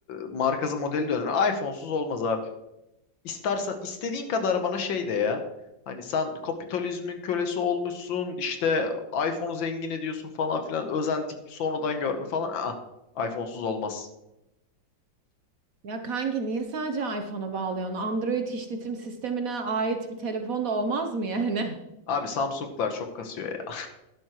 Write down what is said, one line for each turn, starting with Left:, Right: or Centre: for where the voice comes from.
Left: markası modeli de önemli. iPhone'suz olmaz abi. İstersen istediğin kadar bana şey de ya. Hani sen kapitalizmin kölesi olmuşsun. işte iPhone'u zengin ediyorsun falan filan. Özenti sonradan görme falan. Aa, iPhone'suz olmaz.
Right: Ya kanki niye sadece iPhone'a bağlıyorsun? Android işletim sistemine ait bir telefon da olmaz mı yani? <laughs>
Left: Abi Samsung'lar çok kasıyor ya.